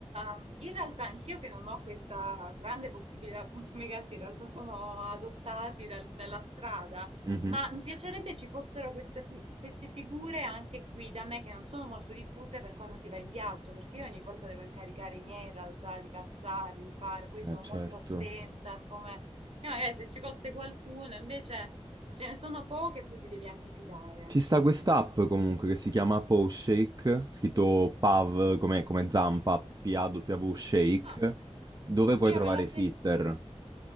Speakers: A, on the right; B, on the right.
A: ehm, in realtà anch'io che non ho questa grande possibilità, appunto i miei gatti in realtà sono adottati dal- dalla strada,
B: Mhm.
A: ma mi piacerebbe ci fossero queste, fu- queste figure anche qui da me che non sono molto diffuse per quando si va in viaggio, perché io ogni volta devo incaricare i miei in realtà di passare, di fare, poi sono
B: Eh, certo.
A: molto attenta a come... E magari se ci fosse qualcuno invece... Ce ne sono poche e poi ti devi anche fidare.
B: Ci sta
A: C'è anche
B: quest'app
A: una cosa.
B: comunque che si chiama Paw Shake, scritto PAV come, come zampa, P-A-W Shake,
A: Ah,
B: dove puoi trovare
A: io me la,
B: sitter.
A: se-